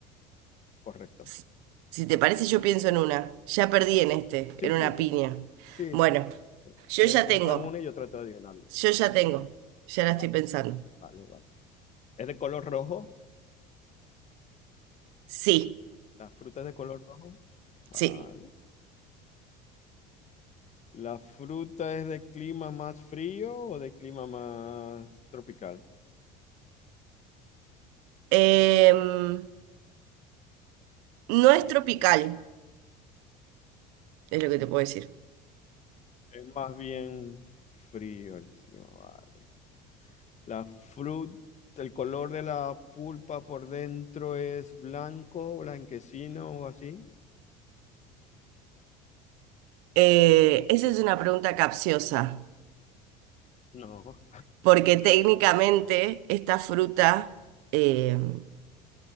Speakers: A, on the left; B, on the right.
A: correcto.
B: Si si te parece, yo pienso en una. Ya perdí en este,
A: Sí,
B: en
A: sí,
B: una
A: sí.
B: piña.
A: Sí,
B: Bueno.
A: sí.
B: Yo
A: Bien,
B: ya
A: piensa
B: tengo,
A: en una y yo trato de adivinarlo.
B: yo ya tengo, ya
A: Vale,
B: la estoy pensando.
A: vale, vale. ¿Es de color rojo?
B: Sí,
A: ¿La fruta es de color rojo? Vale.
B: sí.
A: ¿La fruta es de clima más frío o de clima más tropical?
B: Em, no es tropical, es lo que te puedo decir.
A: Es más bien frío el clima, vale. La fruta, el color de la pulpa por dentro es blanco, blanquecino o así.
B: Eh, esa es una pregunta capciosa,
A: No,
B: porque técnicamente esta fruta em,